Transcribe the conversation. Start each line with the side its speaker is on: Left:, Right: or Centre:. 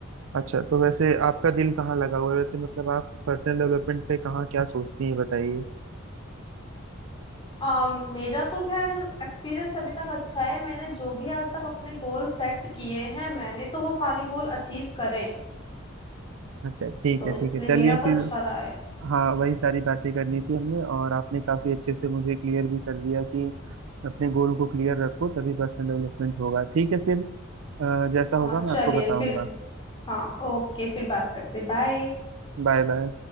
Right: अच्छा तो वैसे आपका दिल कहाँ लगा हुआ है वैसे मतलब आप पर्सनल डेवलपमेंट पे कहाँ क्या सोचती हैं बताइए
Left: अम, मेरा तो खैर एक्सपीरियंस अभी तक अच्छा है मैंने जो भी आज तक अपने गोल सेट किए हैं मैंने तो वो सारी गोल अचीव करे
Right: अच्छा ठीक
Left: तो
Right: है
Left: इसलिए
Right: ठीक है चलिए
Left: मेरा
Right: फिर
Left: तो अच्छा रहा है
Right: हाँ वही सारी बातें करनी थी हमने और आपने काफी अच्छे से मुझे क्लियर भी कर दिया कि अपने गोल को क्लियर रखो तभी पर्सनल डेवलपमेंट होगा ठीक है फिर अ, जैसा
Left: हाँ
Right: होगा मैं
Left: चलिए
Right: आपको बताऊंगा
Left: फिर हाँ ओके फिर बात करते बाय
Right: Bye bye